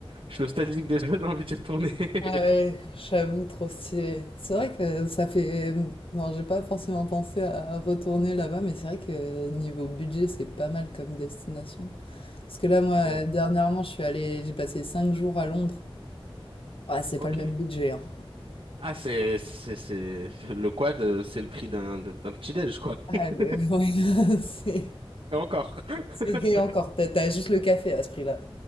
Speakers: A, on the right; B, on the left.
A: je suis nostalgique déjà, <laughs> j'ai envie d'y retourner.
B: Ah ouais,
A: <laughs>
B: j'avoue, trop stylé. C'est vrai que ça fait, mmh, non, j'ai pas forcément pensé à retourner là-bas, mais c'est vrai que niveau budget, c'est pas mal comme destination. Parce que là, moi,
A: Ouais.
B: dernièrement, je suis allée j'ai passé 5 jours à Londres. Ah, c'est
A: Ok.
B: pas le même budget, hein.
A: Ah, c'est, c'est, c'est, le quad, euh, c'est le prix d'un, d'un d'un petit déj, quoi.
B: Ah
A: <laughs>
B: le <laughs> ouais, <laughs> c'est
A: Et encore. <laughs>
B: c'est encore T'as as juste le café à ce prix-là.